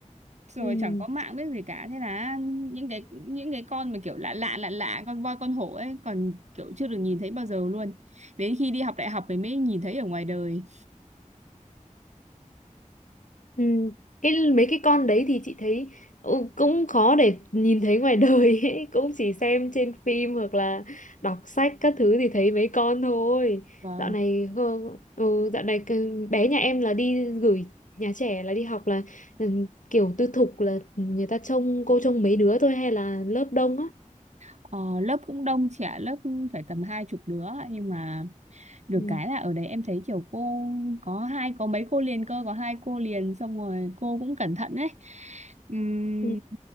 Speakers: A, on the right (about 60°); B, on the left (about 70°).
A: rồi
B: <laughs> ừ.
A: chẳng có mạng biết gì cả thế là những cái những cái con mà kiểu lạ lạ lạ lạ con voi con hổ ấy còn kiểu chưa được nhìn thấy bao giờ luôn đến khi đi học đại học thì mới nhìn thấy ở ngoài đời
B: ừ. cái mấy cái con đấy thì chị thấy ừ, cũng khó để nhìn thấy ngoài đời ấy. <laughs> cũng chỉ xem trên phim hoặc là đọc sách các thứ thì thấy mấy con thôi
A: Vâng.
B: dạo này ờ, ừ, dạo này c- bé nhà em là đi gửi nhà trẻ là đi học là ừ, kiểu tư thục là người ta trông cô trông mấy đứa thôi hay là lớp đông á
A: Ờ, lớp cũng đông trẻ lớp phải tầm hai chục đứa nhưng mà được
B: ừ.
A: cái là ở đấy em thấy kiểu cô có hai có mấy cô liền cơ có hai cô liền xong rồi cô cũng cẩn thận đấy Ừm,
B: Ừ.